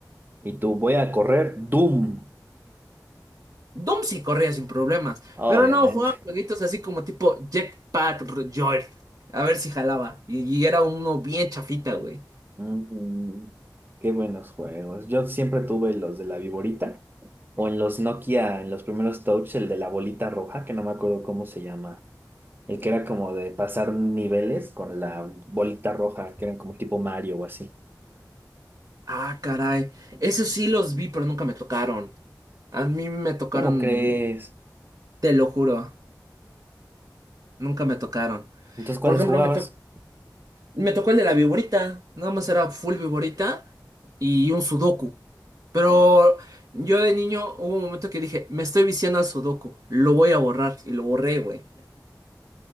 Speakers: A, on the right (about 25°); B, on the right (about 55°).
A: Y tú, voy a correr Doom.
B: Doom sí corría sin problemas,
A: Obviamente.
B: pero no, jugaba jueguitos así como tipo Jetpack R- Joyride, a ver si jalaba. Y, y era uno bien chafita, güey.
A: Mm, qué buenos juegos. Yo siempre tuve los de la viborita o en los Nokia, en los primeros Touch, el de la bolita roja, que no me acuerdo cómo se llama. El que era como de pasar niveles con la bolita roja, que eran como tipo Mario o así.
B: Ah, caray. Esos sí los vi, pero nunca me tocaron. A mí me tocaron,
A: ¿Cómo crees?
B: te lo juro, nunca me tocaron.
A: Entonces, ¿cuáles
B: Por ejemplo,
A: jugabas?
B: me tocó, me tocó el de la viborita, nada más era full viborita y un sudoku. Pero yo de niño hubo un momento que dije, me estoy viciando al sudoku, lo voy a borrar y lo borré, güey.